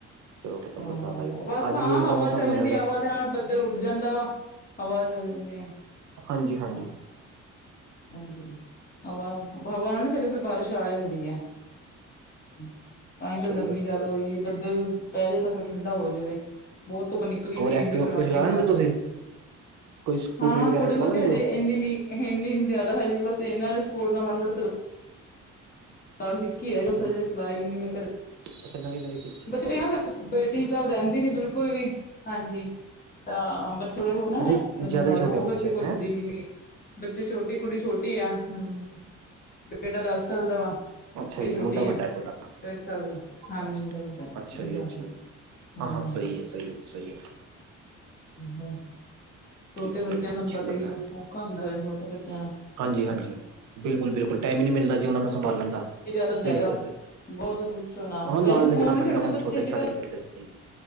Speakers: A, on the right; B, on the left.
A: ਚਲੋ ਖਤਮ
B: ਹਾਂ
A: ਬਰਸਾਤ ਆਈ
B: ਬਸ
A: ਅੱਜ
B: ਹਾਂ
A: ਵੀ ਉਹੀ ਦਾ
B: ਹਵਾ
A: ਮੌਸਮ
B: ਚੱਲ
A: ਬਣਿਆ
B: ਜਾਂਦੀ
A: ਦਾ
B: ਹਵਾ ਉਹਦੇ ਨਾਲ ਬੱਦਲ ਉੱਡ ਜਾਂਦਾ ਵਾ ਹਵਾ ਚਲ ਜਾਂਦੀ ਆ।
A: ਹਾਂਜੀ ਹਾਂਜੀ।
B: ਹਾਂ ਹਾਂਜੀ ਹਵਾ ਹਵਾ ਨਾ ਨਾ ਚਲੇ ਫਿਰ ਬਾਰਿਸ਼ ਆ ਜਾਂਦੀ ਆ। ਤਾਂ ਹੀ ਤਾਂ
A: ਸਹੀ
B: ਗਰਮੀ
A: ਗੱਲ ਹੈ
B: ਜਿਆਦਾ
A: ਸਹੀ
B: ਹੋਈ
A: ਗੱਲ
B: ਹੁਈ ਏ ਬੱਦਲ ਪੈ ਜਾਏ ਤਾਂ ਫੇਰ ਠੰਢਾ ਹੋ ਜਾਵੇ ਬਹੁਤ ਧੁੱਪ ਨ ਨਿਕਲੀ
A: ਹੋਰ
B: ਹੋਈ
A: ਐਕਟਿਵਾ
B: ਇੰਨੀ ਕੜਾਕੇਦਾਰ
A: ਕੁਛ ਚਲਾ ਲੈਂਦੇ ਹੋ ਤੁਸੀਂ ਕੋਈ ਸਕੂਟਰੀ
B: ਹਾਂ
A: ਵਗੈਰਾ
B: ਥੋੜੀ
A: ਚਲਾ
B: ਬਹੁਤੀ
A: ਲੈਂਦੇ
B: ਹਜੇ
A: ਹੋ
B: ਇੰਨੀ ਨੀ ਇੰਨੀ ਨੀ ਜ਼ਿਆਦਾ ਹਜੇ ਬੱਸ ਇਹਨਾਂ ਨੇ ਸਪੋਰਟ <unintelligible> ਕੱਲ ਸਿੱਖੀ <unintelligible>
A: ਅੱਛਾ
B: ਚਲਾਈ ਨੀ ਮੈਂ ਕਦੇ
A: ਅੱਛਾ ਨਵੀਂ ਨਵੀਂ ਸਿੱਖੀ
B: ਬੱਚੇ
A: ਹੈ
B: ਬੇਟੀ ਤਾਂ ਰਹਿੰਦੀ ਨੀ ਬਿਲਕੁਲ ਵੀ ਹਾਂਜੀ। ਤਾਂ ਬਸ ਥੋੜੇ ਓ ਨਾ
A: ਅੱਛਾ ਜੀ, ਜ਼ਿਆਦਾ
B: ਸਾਲ
A: ਹੀ ਛੋਟੇ
B: ਉਹ
A: ਬੱਚੇ
B: ਵੈਸੇ ਕੋਈ
A: ਹੈਂ
B: ਹੁੰਦੀ ਵੀ ਨੀ ਬੱਚੇ ਛੋਟੀ ਕੁੜੀ ਛੋਟੀ ਆ ਹਮ ਬੇਟਾ ਦਸ ਸਾਲ ਦਾ ਵਾ।
A: ਅੱਛਾ
B: ਤੇ
A: ਜੀ
B: ਛੋਟੀ
A: ਮੁੰਡਾ ਵੱਡਾ
B: ਆ
A: ਹੈ ਤੁਹਾਡਾ
B: ਦਸ ਸਾਲ ਦਾ ਹਾਂਜੀ
A: ਅੱਛਾ
B: ਮੁੰਡਾ ਵੱਡਾ ਹਾਂਜੀ-ਹਾਂਜੀ,
A: ਅੱਛਾ ਜੀ ਅੱਛਾ ਜੀ ਹਾਂ ਹਾਂ ਸਹੀ ਹੈ ਸਹੀ ਹੈ ਸਹੀ ਹੈ
B: ਹਾਂ। ਛੋਟੇ
A: ਠੀਕ
B: ਬੱਚਿਆਂ
A: ਹੈ ਜੀ ਅੱਛੀ
B: ਦਾ ਤੁਹਾਨੂੰ ਪਤਾ
A: ਗੱਲ
B: ਹੀ,
A: ਹੈ
B: ਆ ਔਖਾ ਹੁੰਦਾ ਛੋਟੇ ਬੱਚਿਆਂ ਦਾ।
A: ਹਾਂਜੀ -ਹਾਂਜੀ, ਬਿਲਕੁਲ- ਬਿਲਕੁਲ ਟਾਈਮ ਹੀ ਨਹੀਂ ਮਿਲਦਾ ਜੀ ਉਹਨਾਂ ਨੂੰ ਸੰਭਾਲਣ ਦਾ।
B: ਉਧਰ ਜਾਏਗਾ,
A: ਬਿਲਕੁਲ ਬਿਲ
B: ਬਹੁਤ ਪੁੱਛੋ ਨਾ
A: ਹਾਂ
B: ਵੈਸੇ
A: ਨਾਲ ਲਿਜਾਣਾ
B: ਫੋਨ ਨ
A: ਪੈਂਦਾ
B: ਛੱਡਦੇ
A: ਹੁਣ
B: ਬੱਚੇ
A: ਛੋਟੇ
B: ਅੱਜ
A: ਛੱਡ
B: ਕੱਲ
A: ਕੇ ਕਿੱਦਾਂ ਜਾਈਏ